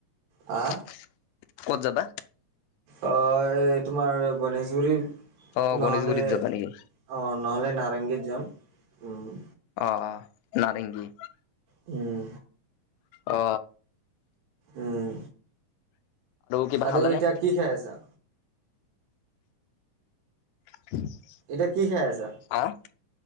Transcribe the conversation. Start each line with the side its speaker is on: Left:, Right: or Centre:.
Right: হা
Left: ক'ত যাবা
Right: অ এই তোমাৰ গণেশগুৰিৰ
Left: অ
Right: নহ'লে
Left: গণেশগুৰিত যাবা নেকি?
Right: অ নহ'লে নাৰেংগীৰ যাম উম
Left: অ অ নাৰেংগী
Right: উম
Left: অ
Right: উম
Left: কিবা
Right: আৰু
Left: খালানে?
Right: এতিয়া কি খাই আছা
Left: <unintelligible>
Right: এতিয়া কি খাই আছা
Left: আহ